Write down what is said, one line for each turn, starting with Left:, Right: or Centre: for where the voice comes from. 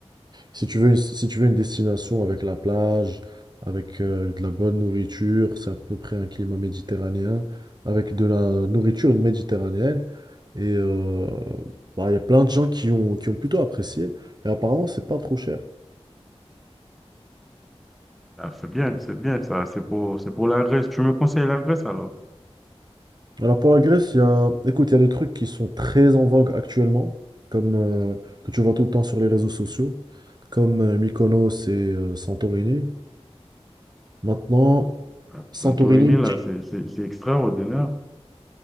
Right: Si tu veux, une- si tu veux une destination avec la plage, avec euh, de la bonne nourriture, c'est à peu près un climat méditerranéen, avec de la nourriture méditerranéenne. Et euh, bah, il y a plein de gens qui ont, qui ont plutôt apprécié. Et apparemment, c'est pas trop cher.
Centre: Ah, c'est bien, c'est bien ça. C'est pour, c'est pour la Grèce. Tu me conseilles la Grèce alors?
Right: Alors pour la Grèce, il y a, écoute, il y a des trucs qui sont très en vogue actuellement, comme euh, que tu vois tout le temps sur les réseaux sociaux, comme euh, Mykonos et euh, Santorini. Maintenant,
Centre: Ah,
Right: Santorini,
Centre: Santorini, là, c'est c'est- c'est extraordinaire.